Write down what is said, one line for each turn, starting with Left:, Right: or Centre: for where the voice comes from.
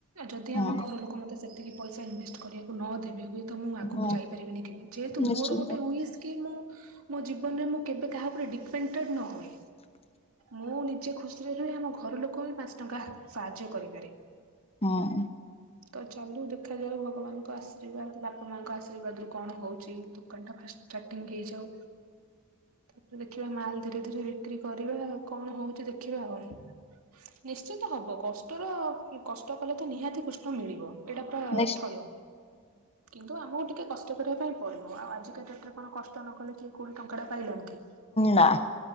Right: ଯଦି
Left: ହୁଁ
Right: ଆମ
Left: ହଁ
Right: ଘର ଲୋକ ମତେ ସେତିକି ପଇସା ଇନଭେଷ୍ଟ କରିବାକୁ ନ ଦେବେ ହୁଏ ତ ମୁଁ ଆଗକୁ
Left: ହଁ
Right: ଯାଇପାରିବିନି କେବେ ଯେହେତୁ
Left: ନିଶ୍ଚିନ୍ତ
Right: ମୋର ଗୋଟେ ଉିସ୍ କି ମୁଁ ମୋ ଜୀବନରେ ମୁଁ କେବେ କାହା ଉପରେ ଡିପେେ ନ ହୁଏ। ମୁଁ ନିଜେ ଖୁସିରେ ରହ ଆମ ଘର ଲୋକ ବି ପାଞ୍ଚ ଟଙ୍କା ସାହାଯ୍ୟ କରିପାରେ।
Left: ହଁ।
Right: ତ ଚାଲୁ ଦେଖ ଯାଉ ଭଗବାନଙ୍କ ଆଶୀର୍ବାଦ ବାପା ମାଙ୍କ ଆଶୀର୍ବାଦ ରୁ କଣ ହଉଛି ଦୋକାନ ଟା ଫା ଷ୍ଟାଟିଙ୍ଗ ହେଇଯାଉ। ତାପରେ ଦେଖିବା ମାଲ ଧୀରେ ଧୀରେ ବିକ୍ରି କରିବା ଆଉ କଣ ହଉଛି ଦେଖିବା ଆଉ ନିଶ୍ଚନ୍ତ ହବ କଷ୍ଟର କଷ୍ଟ କଲେ ତ ନିହାତି କୃଷ୍ଣ ମିଳିବ। ଏଇଟା ପୁରା
Left: ନିଶ୍ଚି
Right: ଥୟ କିନ୍ତୁ ଆମକୁ ଟିକେ କଷ୍ଟ କରିବା ପାଇଁ ପଡ଼ିବ ଆଉ ଆଜିକା ଡେଟରେ କଣ କଷ୍ଟ ନ କଲେ କିଏ କୋଉଠି ଟଙ୍କା ଟା ପାଇଲାଣି କି?
Left: ନା